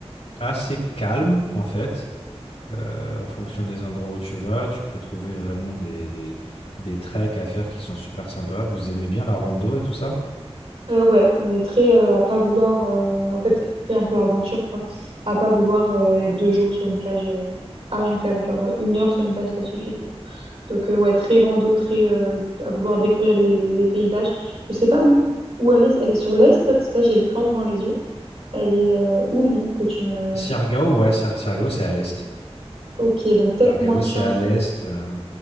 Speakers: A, on the left; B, on the right.
A: assez calme en fait. Euh, en fonction des endroits où tu vas, tu peux trouver vraiment des, des, des treks à faire qui sont super sympas. Vous aimez bien la rando et tout ça?
B: Euh, ouais, on est très euh, à pas vouloir. euh, en fait, c'est un peu aventure, quoi. À pas vouloir euh, être deux jours sur une plage euh, à rien faire. Genre, une heure sur une plage, ça suffit, quoi. Donc, euh, ouais, très rando, très euh, à vouloir découvrir les, les paysages. Je sais pas où, où elle est. Elle est sur l'est, parce que là, j'ai le plan devant les yeux. Elle est euh, où l'île que tu m'as.
A: Siargao, ouais, Siar- Siargao, c'est à l'est.
B: Ok, donc peut-être
A: Siargao,
B: moins de
A: c'est
B: chance.
A: à l'est.
B: euh,
A: euh,